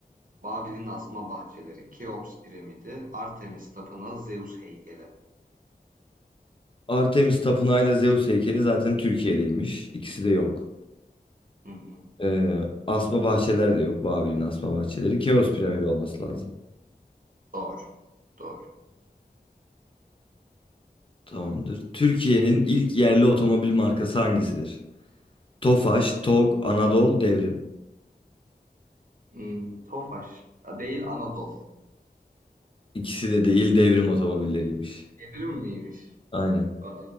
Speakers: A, on the right; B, on the left.
A: Babil'in asma bahçeleri, Keops piramidi, Artemis tapınağı, Zeus heykeli.
B: Artemis Tapınağı'yla Zeus heykeli zaten Türkiye'deymiş. İkisi de yok.
A: Hı hı.
B: Ee, asma bahçeler de yok. Babil'in asma bahçeleri. Keops piramidi olması lazım.
A: Doğru. Doğru.
B: Tamamdır. Türkiye'nin ilk yerli otomobil markası hangisidir? Tofaş, Tog, Anadolu, Devrim.
A: Hmm, Tofaş. Ha, değil Anadolu.
B: İkisi de değil Devrim otomobilleriymiş.
A: Evrim miymiş?
B: Aynen.
A: Vay,